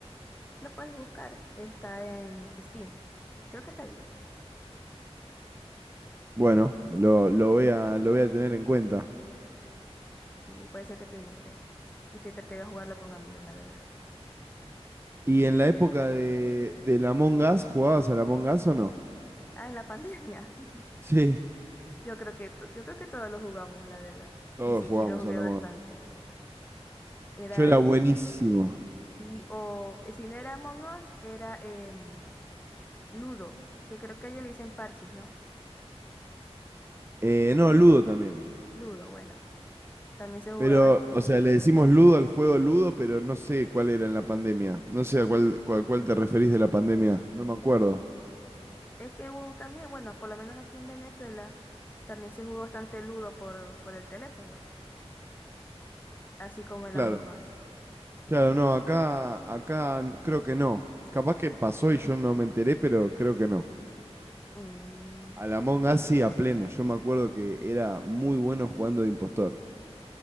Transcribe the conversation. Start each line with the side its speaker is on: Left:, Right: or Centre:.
Left: Lo puedes buscar, está en Steam. Creo que está allí.
Right: Bueno, lo, lo voy a, lo voy a tener en cuenta.
Left: Sí, puede ser que te guste y te trate de jugarlo con amigos, la verdad.
Right: ¿Y en la época de, del Among Us, jugabas al Among Us o no?
Left: Ah, en la pandemia. <laughs>
Right: Sí.
Left: Yo creo que to- yo creo que todos lo jugamos, la verdad.
Right: Todos
Left: Y sí,
Right: jugábamos
Left: sí lo jugué
Right: al
Left: bastante.
Right: Among Us.
Left: Era
Right: Yo era buenísimo.
Left: sí, o eh, si no era Among Us, era em, Ludo, que creo que ya le dicen parches, ¿no?
Right: Eh, no, Ludo también.
Left: Ludo, bueno, también se jugaba.
Right: Pero,
Left: así.
Right: o sea, le decimos Ludo al juego Ludo, pero no sé cuál era en la pandemia. No sé a cuál, cuál, cuál te referís de la pandemia. No me acuerdo.
Left: Es que hubo también, bueno, por lo menos aquí en Venezuela, también se jugó bastante Ludo por, por el teléfono, así como el
Right: Claro.
Left: Among Us.
Right: Claro, no, acá, acá n- creo que no. Capaz que pasó y yo no me enteré, pero creo que no.
Left: Mm,
Right: Al
Left: y-
Right: Among Us sí, a pleno. Yo me acuerdo que era muy bueno jugando de impostor.